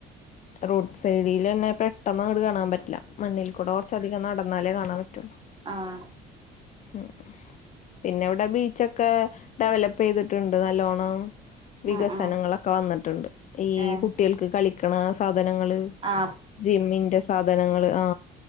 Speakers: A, on the left; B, on the right.
A: റോഡ് സൈഡിൽ തന്നെ പെട്ടെന്ന് അങ്ങട് കാണാൻ പറ്റില്ല മണ്ണിൽ കൂടെ കുറച്ചധികം നടക്ക ന്നാലെ കാണൻ പറ്റുള്ളൂ
B: ആഹ
A: ഉ പിന്നെ ഇവിടെ ബീച്ചൊക്കെ ഡെവലപ്പ് ചെയ്തിട്ടുണ്ട് നല്ലോണ്ണം വികസനങ്ങളൊക്കെ
B: ഉം ഉം
A: വന്നിട്ടുണ്ട് ഈ
B: ഏ
A: കുട്ടികൾക്ക് കളിക്കണ സാധ സാധനങ്ങള്
B: ആ
A: ജിമ്മിന്റെ സാധനങ്ങള് ആ